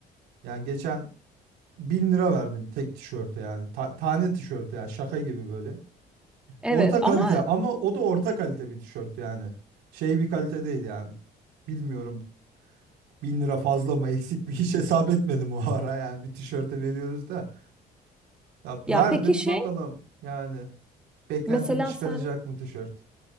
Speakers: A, on the right; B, in the centre.
A: Yani geçen 1000 lira verdim tek tişörte yani. Ta- tane tişörte yani şaka gibi böyle.
B: Evet
A: Orta kalite
B: ama
A: ama o da orta kalite bir tişört yani. Şey bir kalite değil yani. Bilmiyorum Bin lira fazla mı eksik mi hiç hesap etmedim o ara yani bir tişörte veriyoruz da ya
B: ya
A: verdim
B: peki şey
A: bakalım yani beklentimi
B: mesela
A: çıkaracak
B: sen
A: mı tişört